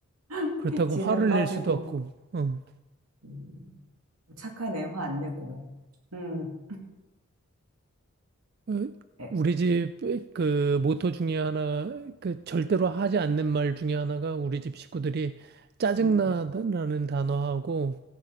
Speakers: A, on the right; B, on the right.
A: <laughs>
B: 그렇다고
A: 진은
B: 화를
A: 빠지고,
B: 낼 수도 없고, 어.
A: 음, 착하네, 화 안 내고. 음,
B: 어,
A: 에,
B: 우리 집 그 모토 중에 하나, 그 절대로 하지 않는 말 중에 하나가 우리 집 식구들이 짜증나다라는
A: 음.
B: 단어하고,